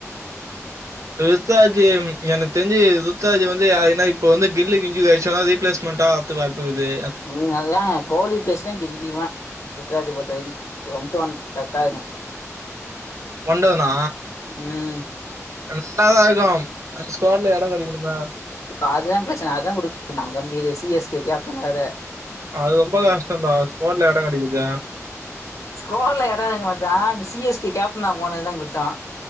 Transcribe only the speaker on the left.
<unintelligible>
எங்களுக்கு அதுதா கோலி ப்ரச்சன கில்லிதா ருத்ராஜ பொறுத்த வரைக்கு ஒன் டு ஒன் கட்டாருக்குங்க
ம்
எனக்கு அதுதா பிரச்சனை அதுதா குடுக்கணுமா Gambhir C S K captain வேற
ஸ்குவாட்ல எடம் எங்க மச்சா இங்க சி எஸ் கே கேப்டனா போனதுதா குத்தோ